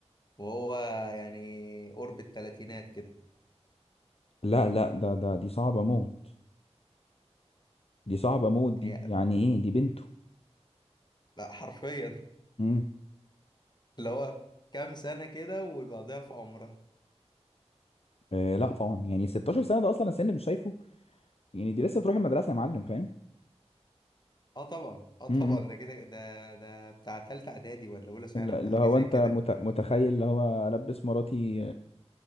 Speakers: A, on the left; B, on the left.
A: وهو يعني قرب الثلاثينات كده
B: لا لا ده ده دي صعبة موت دي صعبة موت دي
A: هي
B: يعني ايه دي بنته
A: لا حرفيا
B: امم
A: اللي هو كام سنه كده ويبقى ضعف عمرها
B: آه لا طبعا يعني 16 سنة ده اصلا السن مش شايفه يعني دي لسه تروح المدرسة يا معلم فاهم
A: اه طبعا اه طبعا
B: امم
A: ده كده ده ده بتاع تالتة اعدادي ولا اولى ثانوي
B: الل- اللي
A: حاجه
B: هو
A: زي
B: انت
A: كده
B: مت... متخيل اللي هو البس مراتي